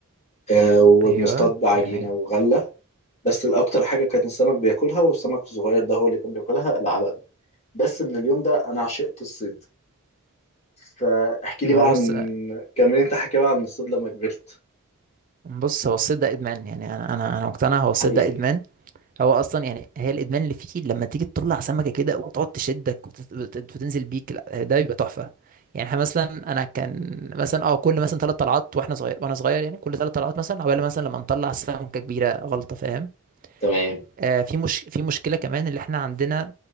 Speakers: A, on the left (about 30°); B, on the right (about 40°).
A: آه، وبنصطاد
B: ايوه
A: بعجينة
B: جميل
A: وغلة بس الأكتر حاجة كان السمك بياكلها والسمك الصغير ده هو اللي كان بياكلها العلق ده بس من اليوم ده أنا عشقت الصيد فاحكي لي بقى
B: هو
A: عن
B: بص
A: كمل أنت حكي بقى عن الصيد لما كبرت
B: بص هو الصيد ده ادمان يعني انا انا انا مقتنع هو الصيد
A: حقيقي
B: ده ادمان هو اصلا يعني هي الادمان اللي فيه لما تيجي تطلع سمكه كده وتقعد تشدك وتت- وتت- وتنزل بيك لا، ده بيبقى تحفه يعني احنا مثلا انا كان مثلا اه كل مثلا ثلاث طلعات واحنا صغير وانا صغير يعني كل ثلاث طلعات مثلا عقبال مثلا لما نطلع سمكه كبيره غلطه فاهم
A: تمام
B: آه في مش في مشكله كمان اللي احنا عندنا